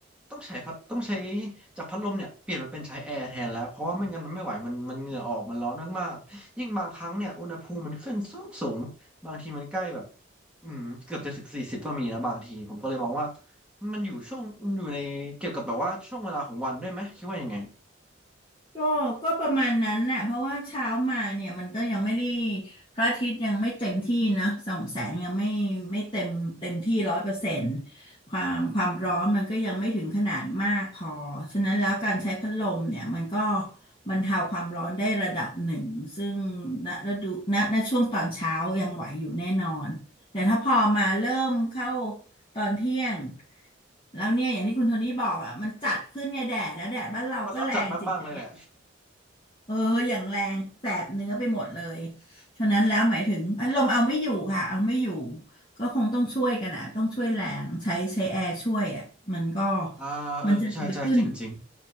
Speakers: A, in the centre; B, on the left.
A: ต้องใช้พัดต้องใช้จากพัดลมเนี่ยเปลี่ยนมาเป็นใช้แอร์แทนแล้วเพราะว่าไม่งั้นมันไม่ไหวมันมันเหงื่อออกมันร้อนมากๆยิ่งบางครั้งเนี่ยอุณหภูมิมันขึ้นสูงสูงบางทีมันใกล้แบบอืมเกือบจะถึงสี่สิบก็มีนะบางทีผมก็เลยมองว่ามันอยู่ช่วงอยู่ในเกี่ยวกับแบบว่าช่วงเวลาของวันด้วยไหมคิดว่ายังไง
B: ก็ก็ประมาณนั้นแหละเพราะว่าเช้ามาเนี่ยมันก็ยังไม่ได้พระอาทิตย์ยังไม่เต็มที่นะส่องแสงยังไม่ไม่เต็มเต็มที่ร้อยเปอร์เซ็นต์ความความร้อนมันก็ยังไม่ถึงขนาดมากพอฉะนั้นแล้วการใช้พัดลมเนี่ยมันก็บรรเทาความร้อนได้ระดับหนึ่งซึ่งณฤดูณณช่วงตอนเช้ายังไหวอยู่แน่นอนแต่ถ้าพอมาเริ่มเข้าตอนเที่ยงแล้วเนี่ยอย่างที่คุณโทนี่บอกอ่ะมันจัดขึ้นเนี่ยแดดนะแดดบ้านเราก็แรงจริงไหม
A: ก็ร้อนจัดมากๆเลยแหละ
B: เอออย่างแรงแสบเนื้อไปหมดเลยฉะนั้นแล้วหมายถึงพัดลมเอาไม่อยู่ค่ะเอาไม่อยู่ก็คงต้องช่วยกันอ่ะต้องช่วยแรงใช้ใช้แอร์ช่วยอ่ะมันก็
A: <laughs> อ่าเออใช่ใช่จริง
B: มันจะเร็วขึ้น